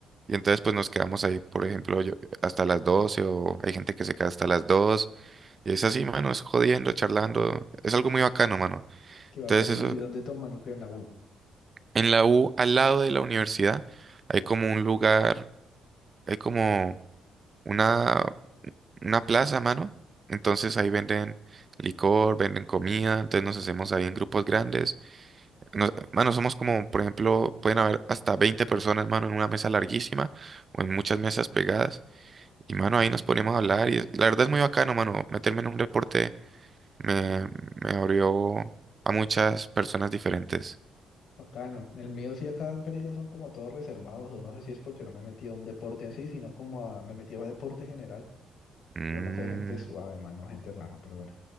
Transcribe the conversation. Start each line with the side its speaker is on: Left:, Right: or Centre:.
Right: Y entonces pues nos quedamos ahí, por ejemplo, yo, hasta las 12 o hay gente que se queda hasta las 2 y es así, mano, es jodiendo, charlando, es algo muy bacano, mano.
Left: Qué bacano.
Right: Entonces
Left: ¿Y
Right: eso,
Left: y dónde toman o qué en la U?
Right: en la U, al lado de la universidad, hay como un lugar hay como una, una plaza, mano. Entonces ahí venden licor, venden comida, entonces nos hacemos ahí en grupos grandes. Nos- mano, somos como, por ejemplo, pueden haber hasta 20 personas, mano, en una mesa larguísima o en muchas mesas pegadas. Y, mano, ahí nos ponemos a hablar y es- la verdad es muy bacano, mano. Meterme en un deporte me, me abrió a muchas personas diferentes.
Left: Bacano. El mío sí acá en Pereira son como todos reservados. o No sé si es porque no me he metido a un deporte en sí, sino como a- me metí a deporte general.
Right: Mm,
Left: Pero no sé, gente suave, mano, gente rara, pero bueno.